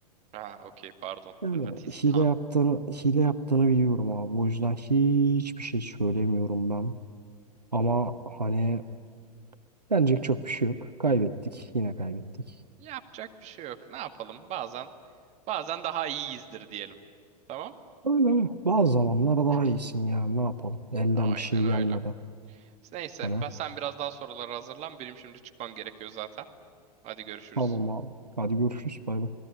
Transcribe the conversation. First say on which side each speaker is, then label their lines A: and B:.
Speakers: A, on the right; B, on the right.
A: ha, okey pardon.
B: Yani
A: Hırvatistan.
B: hile yaptığını hile yaptığını biliyorum abi. O yüzden hiçbir şey söylemiyorum ben. Ama hani denecek çok bir şey yok. Kaybettik. Yine kaybettik.
A: Yapacak bir şey yok. Ne yapalım? Bazen bazen daha iyiyizdir diyelim. Tamam?
B: Öyle öyle. Bazı zamanlar daha
A: <clears throat>
B: iyisin yani. Ne yapalım? Elden
A: Aynen
B: bir şey
A: öyle.
B: gelmeden.
A: Neyse
B: Hani
A: ben sen biraz daha sorulara hazırlan. Benim şimdi çıkmam gerekiyor zaten. Hadi görüşürüz.
B: tamam abi. Hadi görüşürüz. Bay bay.